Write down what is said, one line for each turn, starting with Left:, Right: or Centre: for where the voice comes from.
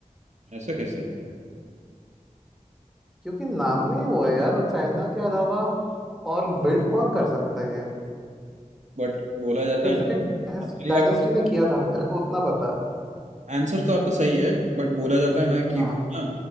Right: ऐसा कैसे
Centre: क्योंकि नाम में ही वो है यार वो चाइना के अलावा और बिल्ड कौन कर सकता है ये
Right: बट बोला जाता
Centre: किसी
Right: है ना
Centre: एक
Right: हाँ, चलिए
Centre: डायनेस्टी
Right: आप
Centre: ने किया था मेरे को उतना पता है
Right: आंसर तो आपका सही है बट बोला जाता है ना कि
Centre: हाँ
Right: वो ना